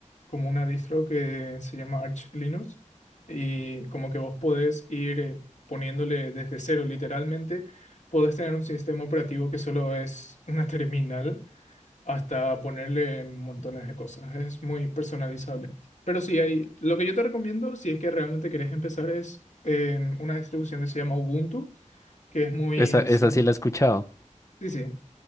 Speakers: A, on the left; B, on the left.
A: como una distro que se llama Arch Linux y como que vos podés ir... eh, poniéndole desde cero literalmente, podés tener un sistema operativo que solo es una <laughs> terminal hasta ponerle montones de cosas. Es muy personalizable. Pero sí, hay, lo que yo te recomiendo, si es que realmente querés empezar, es en una distribución que se llama Ubuntu, que es muy,
B: Esa, esa
A: sim-
B: sí la he escuchado.
A: sí, sí,